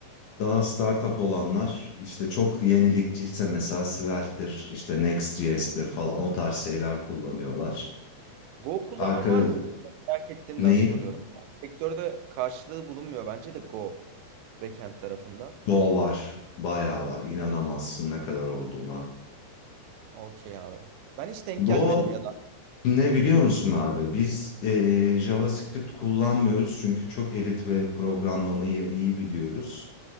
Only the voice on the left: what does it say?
Daha startup olanlar işte çok yenilikçiyse mesela Svelte,'dir, işte Next.js'tir falan o tarz şeyler kullanıyorlar.
Arka
neyi?
Go var. Bayağı var. İnanamazsın ne kadar olduğuna.
Go
ne biliyor musun abi? Biz eee, JavaScript kullanmıyoruz çünkü çok elit ve programlamayı iyi biliyoruz.